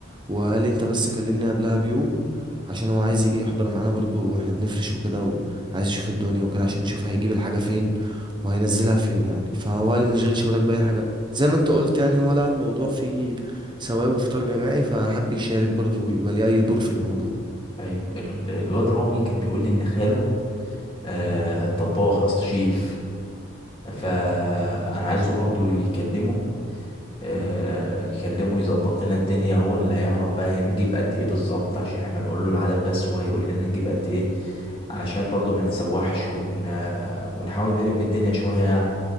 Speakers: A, on the right; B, on the left.
A: وقال لي انت بس كلمني قبلها بيوم عشان هو عايز يجي يحضر معانا برضو واحنا بنفرش وكده وعايز يشوف الدنيا وكده عشان يشوف هيجيب الحاجة فين وهينزلها فين يعني فهو قال لي ما تشغلش بالك بأي حاجة زي ما انت قلت يعني هو لقى الموضوع فيه ثواب وفطار جماعي فحب يشارك برضو ويبقى ليه أي دور في الموضوع
B: ايوه ال- الواد رامي كان بيقول لي ان خاله آه، طباخ يا اسطى شيف فانا عايزه برضه يكلمه آه، يكلمه يظبط لنا الدنيا هو اللي هيعرف بقى نجيب قد ايه بالظبط عشان احنا نقول له العدد بس وهو هيقول لنا نجيب قد ايه عشان برضو ما نتسوحش ون... آه، ونحاول نلم الدنيا شوية يعني